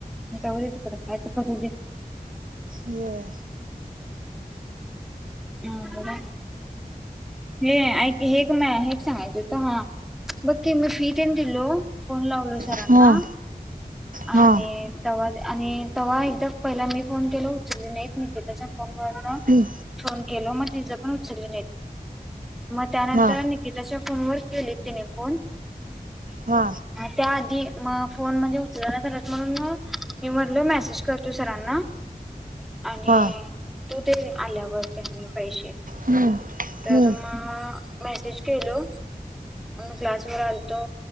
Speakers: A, in the centre; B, on the right (about 65°).
A: जाऊदे तिकडं काय तर करू <unintelligible>
B: व्हय.
A: ब हे ऐ हे म हे सांगायच होत हा बघ मी फी तेन <unintelligible> हॅलो फोन लावलो सरांना
B: हा हा
A: आणि तवा -- आणि तव्हा एकदा पहिला मी फोन केल उचली नाहीत. मी -- त त्याचा फोन वर्ण
B: हम्म
A: फोन केलं म <unintelligible> मग त्यानंतर
B: हा
A: निकिताच्या फोन व केले तिने फोन
B: हा
A: त्याआधी म फोन म्हणजे उच तु <unintelligible> सगत म्हणून म मी म्हटल मेसेज करतो सरांना आणि
B: हा
A: तू ते आल्यावर त्यांनी पैसे
B: हम्म हम्म
A: तर मग मेसेज केलो मी क्लासवर आलतो